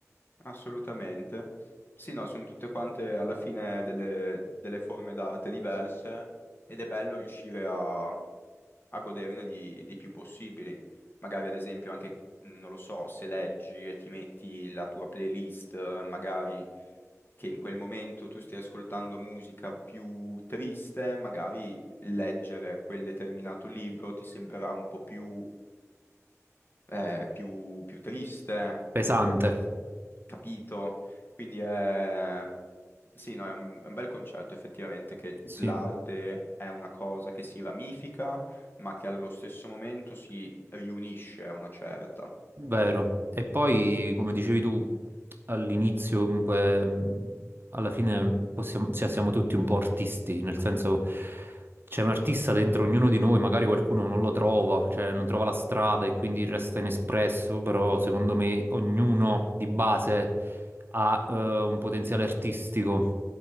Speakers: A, on the left; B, on the right.
A: assolutamente. Sì, no, sono tutte quante alla fine delle, delle forme d'arte diverse ed è bello riuscire a a goderne di, di più possibili. Magari ad esempio anche, non lo so, se leggi e ti metti la tua playlist, eh, magari che in quel momento tu stai ascoltando musica più triste, magari leggere quel determinato libro ti sembrerà un po' più, eh, più, più triste.
B: Pesante,
A: o- Capito? Quindi è... Sì, no, è un, è un bel concetto effettivamente che
B: sì.
A: l'arte è una cosa che si ramifica, ma che allo stesso momento si riunisce a una certa.
B: Vero. E poi, come dicevi tu all'inizio, comunque, mh, alla fine possiamo- cioè, siamo tutti un po' artisti, nel senso c'è un artista dentro ognuno di noi, magari qualcuno non lo trova, cioè non trova la strada e quindi resta inespresso, però secondo me ognuno di base ha eh, un potenziale artistico,